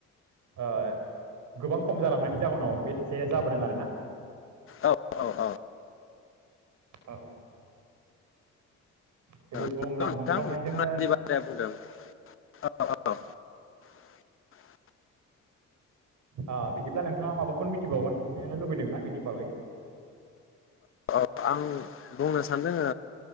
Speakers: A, on the right; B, on the left.
A: ओ गोबां खम जालांनायनि जाहोनाव बे थाइसे आ जाबोदों आरोना
B: औ औ औ
A: औ जेरै
B: नंगौ
A: बुहुमनां
B: नोंथां
A: दुंख्लावनायजोंनो
B: नोंथाङा जि बाथ्राया बुंदों औ औ <inaudible>
A: आ बिदिब्ला नोंथाङा माबाफोर मिथिबावगोन नो लुबैदोंना बेनि बागै
B: औ आं बुंनो सानदों